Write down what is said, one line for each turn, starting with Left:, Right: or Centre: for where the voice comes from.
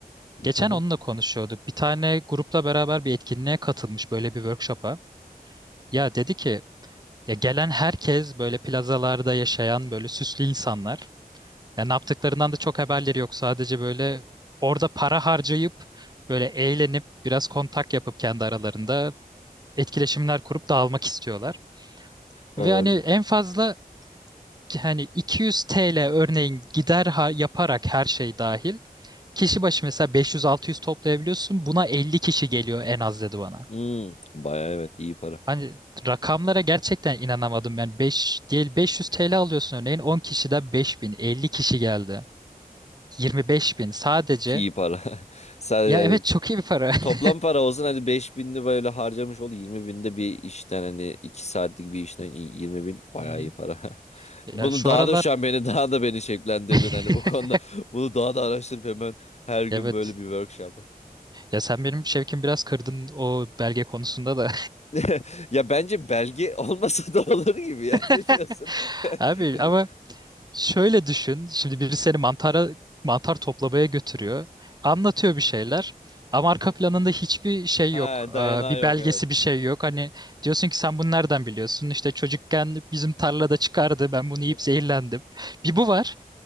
Left: <laughs>
Right: Geçen onunla konuşuyorduk. Bir tane grupla beraber bir etkinliğe katılmış böyle bir workshop'a. Ya dedi ki ya gelen herkes böyle plazalarda yaşayan böyle süslü insanlar. Ya ne yaptıklarından da çok haberleri yok. Sadece böyle orada para harcayıp böyle eğlenip biraz kontak yapıp kendi aralarında etkileşimler kurup dağılmak istiyorlar.
Left: Olabilir.
Right: Ve hani en fazla hani 200 TL örneğin gider ha- yaparak her şey dahil kişi başı mesela 500-600 toplayabiliyorsun. Buna 50 kişi geliyor en az dedi bana.
Left: Hmm, bayağı evet iyi para.
Right: Hani rakamlara gerçekten inanamadım ben. 5 değil 500 TL alıyorsun örneğin 10 kişiden beş bin 50 kişi geldi. 25.000 sadece.
Left: İyi para. <laughs> Sadece
Right: Ya
Left: evet.
Right: evet çok iyi bir para. <laughs>
Left: Toplam para olsun hadi 5000'li böyle harcamış ol 20 binde bir işten hani 2 saatlik bir işten iyi 20 bin bayağı
Right: Hı hı.
Left: iyi para. <laughs>
Right: Ya
Left: Bunu
Right: şu
Left: daha
Right: aralar
Left: da şu an beni daha da beni şekillendirdin
Right: <laughs>
Left: hani bu konuda bunu daha da araştırıp hemen her gün
Right: evet.
Left: böyle bir workshop.
Right: Ya sen benim şevkimi biraz kırdın o belge konusunda da.
Left: <laughs> Ya bence belge <laughs> olmasa da olur gibi ya
Right: <laughs>
Left: ne diyorsun? <laughs>
Right: Abi
Left: Hani,
Right: ama Şöyle düşün. Şimdi biri seni mantara mantar toplamaya götürüyor. Anlatıyor bir şeyler. Ama arka planında hiçbir şey
Left: Ha
Right: yok.
Left: dayanağı
Right: Ee, Bir
Left: yok
Right: belgesi
Left: evet.
Right: bir şey yok. Hani diyorsun ki sen bunu nereden biliyorsun? İşte çocukken bizim tarlada çıkardı. Ben bunu yiyip
Left: Evet.
Right: zehirlendim. Bir bu var.